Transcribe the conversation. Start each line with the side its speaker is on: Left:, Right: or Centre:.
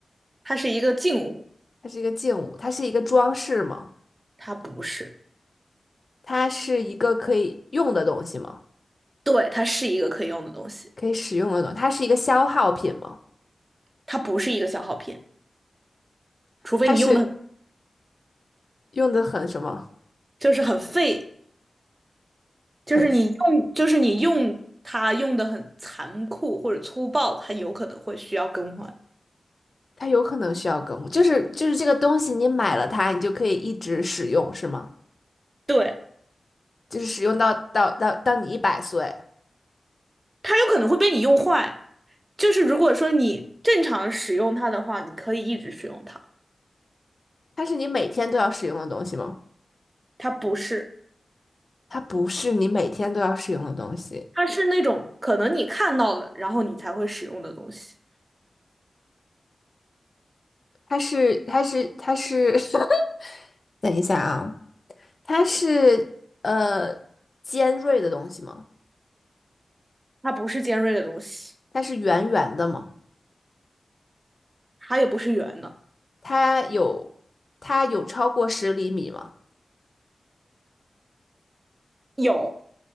Right: 它是一个静物，
Left: 它是一个静物，它是一个装饰吗？
Right: 它不是，
Left: 它是一个可以用的东西吗？
Right: 对，它是一个可以用的东西，
Left: 可以使用的东西它是一个消耗品吗？
Right: 它不是一个消耗品，除非你用的
Left: 它是用的很什么？
Right: 就是很费就是你用，
Left: 很，
Right: 就是你用它用的很残酷或者粗暴，它有可能会需要更换。
Left: 它有可能需要更，就是就是这个东西，你买了它，你就可以一直使用，是吗？
Right: 对，
Left: 就是使用到到到到你一百岁，
Right: 它有可能会被你用坏。就是如果说你正常使用它的话，你可以一直使用它。
Left: 它是你每天都要使用的东西吗？
Right: 它不是，
Left: 它不是你每天都要使用的东西，
Right: 它是那种可能你看到了，然后你才会使用的东西。
Left: 它是它是它是，<laughs> 等一下啊，它是呃尖锐的东西吗？
Right: 它不是尖锐的东西，
Left: 它是圆圆的吗？
Right: 它也不是圆的。
Left: 它有它有超过十厘米吗？
Right: 有，